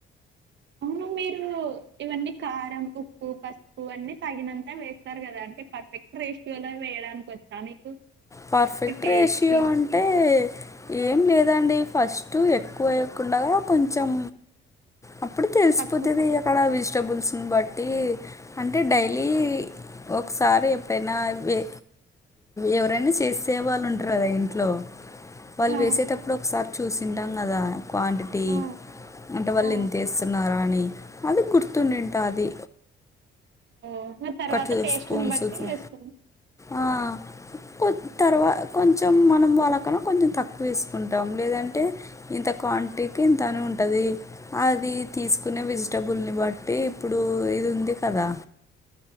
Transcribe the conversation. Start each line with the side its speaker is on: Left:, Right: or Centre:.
Right: అవును మీరు ఇవన్నీ కారం ఉప్పు పసుపు అన్నీ తగినంత వేస్తారు కదా అంటే పర్ఫెక్ట్ రేషియోలో వేయడానికి వచ్చా మీకు
Left: పర్ఫెక్ట్
Right: టేస్ట్
Left: రేషియో
Right: కి
Left: అం టే ఏం లేదండి ఫస్ట్ ఎక్కువ వేయకుంండగా కొంచెం అప్పుడు తెలిసిపోతది
Right: తక్కువ
Left: అక్కడ వెజిటబుల్స్ని బట్టి అంటే డైలీ ఒకసారి ఎప్పుైడైనా వె ఎవరైనా చేసే వాళ్ళు ఉంటరు కదా ఇంట్లో వాళ్ళు
Right: ఆ
Left: వేసేటప్పుడు ఒకసారి చూసింటాం కదా క్వాంటిటీ
Right: ఆ
Left: బయట వాళ్ళు
Right: ఆ
Left: ఎంతేస్తున్నారా అని అది గుర్తునింట అది
Right: ఓహొ తర్వాత
Left: టూ
Right: పేస్ట్
Left: స్పూన్స్
Right: ని బట్టి వేసుకు
Left: ఆ కొ తర్వా కొంచెం మనం వాళ్ళకన్న కొంచెం తక్కువ వేసుకుంటాం లేదంటే ఇంత క్వాంటీకి ఇంత అని ఉంటది అది తీసుకునే వెజిటబుల్ని బట్టి ఇప్పుడు ఇది ఉంది కదా